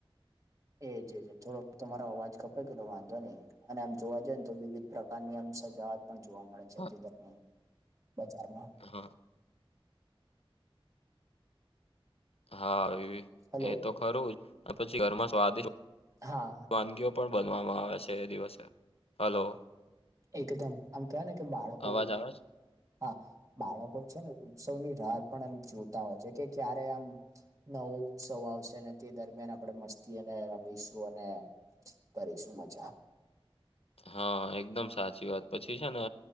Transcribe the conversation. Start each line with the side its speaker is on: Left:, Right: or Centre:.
Right: <unintelligible> થોડો તમારો અવાજ કપે કેટલો વાંધો નહીં. અને આમ જોવા જઈએ ને તો વિવિધ પ્રકારની આમ સજા પણ જોવા મળે છે
Left: હા
Right: તે દરમિયાન <inaudible> બજારમાં
Left: હા. હા એવી.
Right: હલો!
Left: એ તો ખરું હોય આ પછી ઘર માં સ્વાદિષ્ટ
Right: હા.
Left: વાનગીઓ પણ બનવામાં આવે છે એ દિવસે હલો?
Right: એકદમ આમ કવાય ને કે બાળકો
Left: અવાજ આવે છે
Right: હા બાળકો છે ને ઉત્સવની રાત પણ એમ જોતા હોય છે કે ક્યારે આમ નવો ઉત્સવ આવશે અને તે દરમિયાન આપણે મસ્તી અને રમીશું અને કરીશું મજા.
Left: હા એકદમ સાચી વાત પછી છે ને